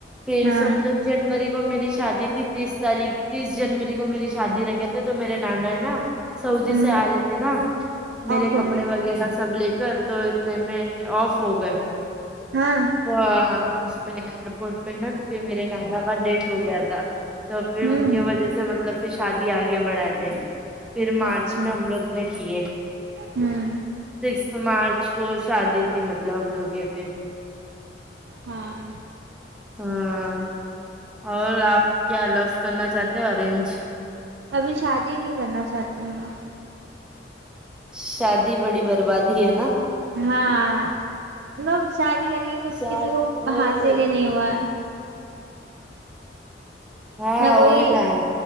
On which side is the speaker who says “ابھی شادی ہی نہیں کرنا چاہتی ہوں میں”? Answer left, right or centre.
Right